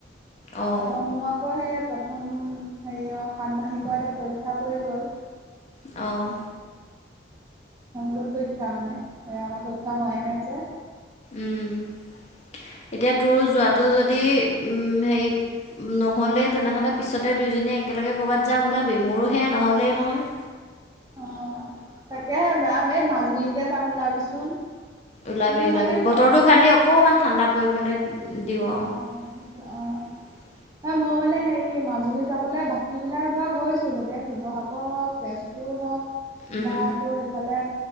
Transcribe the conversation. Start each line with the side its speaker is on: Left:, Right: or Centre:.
Left: অঁ,
Right: তাৰপৰা মোৰ আকৌ সেই প্ৰথম হেৰি সাতমাহিকৰ এতিয়া পৰীক্ষা পৰি গ'ল
Left: অঁ
Right: গোট পৰীক্ষা মানে সে আমাৰ পৰীক্ষা হোৱাই নাই যে
Left: উম এতিয়া তোৰ
Right: তাৰপিছতে
Left: যোৱাটো যদি উম হেৰি নহ'লেই তেনেহ'লে পিছতে দুইজনীয়ে একেলগে ক'ৰবাত যাম ওলাবি মোৰো সেয়া নহ'লেই নহয়
Right: অ তাকেহে যাম এই মাজুলীকে যাম ওলাবিচোন
Left: ওলাবি
Right: মোৰ
Left: ওলাবি
Right: মানে
Left: বতৰটো খালি অকণমান ঠাণ্ডা পৰিবলৈ
Right: অঁ
Left: দিওঁ আৰু
Right: সেইটো
Left: <inaudible>
Right: অঁ হয় মই মানে হেৰি মাজুলী যাবলৈ বাকী বিলাক ধৰ গৈছো এতিয়া শিৱসাগৰ হওক তেজ পুৰ হওক
Left: উম,
Right: বা তোৰ এইফালে